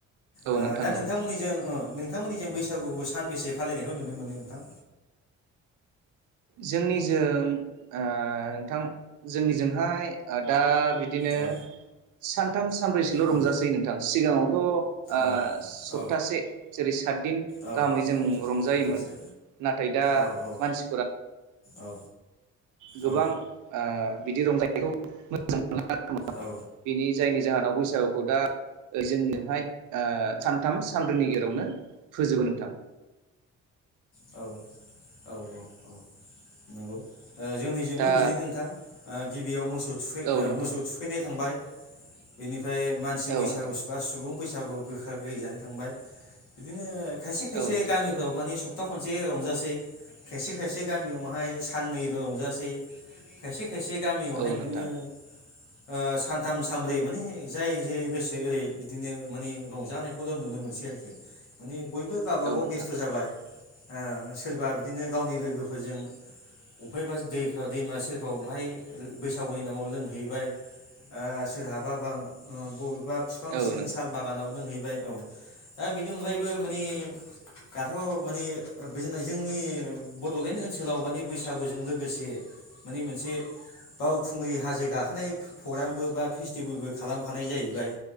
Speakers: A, on the right (about 85°); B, on the left (about 90°).
A: औ
B: ओ
A: नोंथां
B: दा नोंथांमोननिजों
A: औ
B: उह नोंथांमोननि जों बैसागुखौ सानबेसे फालिनायखौ नुनो मोनो नोंथां?
A: जोंनिजों उह नोंथां जोंनिजोंहाय ओ दा बिदिनो
B: औ
A: सानथाम सानब्रैसोल' रंजासै
B: उम
A: नोंथां। सिगाङावथ' उह
B: ओ
A: सप्तासे
B: औ
A: जेरै सातदिन
B: औ
A: गाहामै जों
B: सप्ता
A: रंजायोमोन।
B: सप्तासे
A: नाथाय दा
B: औ औ
A: मानसि
B: औ
A: गोबां
B: औ
A: ओ बिदि रंजानायखौ मोजां <unintelligible>
B: औ
A: बिनि जायनि जाहोनाव बैसागुखौ दा जोंनोहाय ओ सानथाम सानब्रैनि गेजेरावनो फोजोबो नोंथां।
B: औ औ औ औ नंगौ। ओ जोंनिजोंबो
A: दा
B: बिदिनो नोंथां। ओ गिबियाव मोसौ थुखै
A: औ
B: ओ
A: नोंथां
B: मोसौ थुखैनाय थांबाय। बेनि ओमफ्राय मानसि बैसागु
A: औ नोंथां
B: बा सुबुं बैसागु गोखा गोखै जानाय थांबाय बिदिनो खायसे खायसे
A: औ नोंथां
B: गामिफोराव माने सब सपथा खनसे रंजासै खायसे खायसे गामियावहाय साननैल' रंजासै खायसे खायसे गामियावहाय
A: औ
B: बिदिनो
A: नोंथां
B: ओ सानथाम सानब्रै माने जाय जेरै गोसो एरै बिदिनो माने रंजानायखौल' नुनो मोनसै आरोखि माने बयबो गावबागाव
A: औ नोंथां
B: बेस्थ' जाबाय ओ सोरबा बिदिनो गावनि लोगोफोरजों अफायबा दैफोराव दैमा सेरफोराव बहाय बैसागुनि नामाव लोंहैबाय ओ सोरहाबा बा ओ बबे बा फिफां
A: औ
B: सिं
A: नों
B: साल बागानाव लोंहैबाय औ दा बेनि अनगायैबो माने दाथ' माने ओ बेजोंनो जोंनि बड'लेण्ड ओनसोलाव माने बैसागुजों लोगोसे माने मोनसे बावखुंग्रि हाजो गाखोनाय प्रग्रामबो बा फेस्टिभेलबो खालामफानाय जाहैबाय